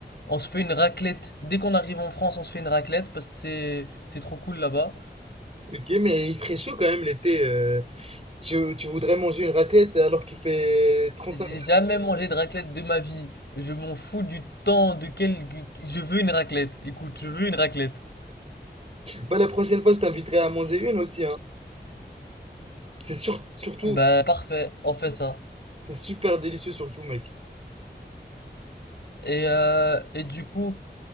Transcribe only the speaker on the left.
On se fait une raclette. Dès qu'on arrive en France, on se fait une raclette parce que c'est, c'est trop cool là-bas.
J'ai jamais mangé de raclette de ma vie. Je m'en fous du temps de quel, je veux une raclette. Écoute, je veux une raclette.
Bah, parfait. On fait ça.
Et, euh, et du coup,